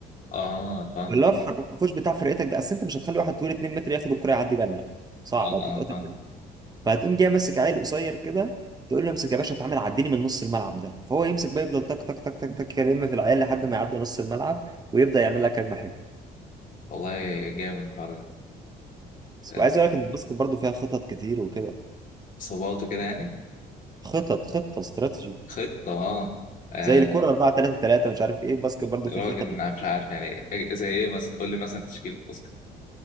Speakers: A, on the left (about 50°); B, on the right (about 25°).
A: آه فاهم
B: اللي هو الحرفوش بتاع فرقتك ده اصل انت مش هتخلي واحد طويل 2 متر ياخد الكره يعدي بيها الملعب صعب
A: آه
B: هتتقطع
A: آه فاهم
B: منه فهتقوم جاي ماسك عيل قصير كده تقول له امسك يا باشا اتعامل عديني من نص الملعب ده فهو يمسك بقى يفضل تك تك تك تك تك يلم في العيال لحد ما يعدي نص الملعب ويبدأ يعمل لك هجمه حلوه
A: والله جامد الحوار ده آه،
B: وعايز اقول لك ان الباسكت برضه فيها خطط كتير وكده
A: إصابات وكده يعني
B: خطط خطه استراتيجي
A: خطة آه آه،
B: زي الكرة 4 3 3 مش عارف ايه الباسكت برضو في
A: راجل
B: خطة
A: أنا
B: بت...
A: مش عارف يعني إيه- زي إيه مثلا قول لي مثلا تشكيل الأوسكار